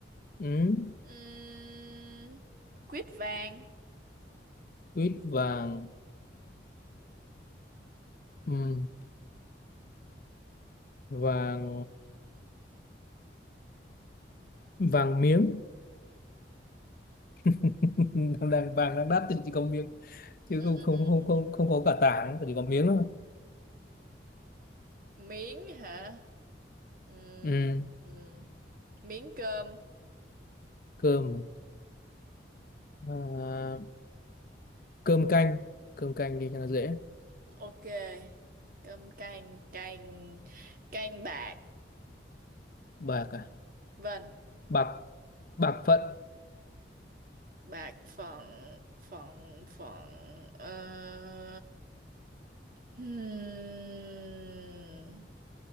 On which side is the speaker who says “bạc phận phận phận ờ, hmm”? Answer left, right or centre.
Right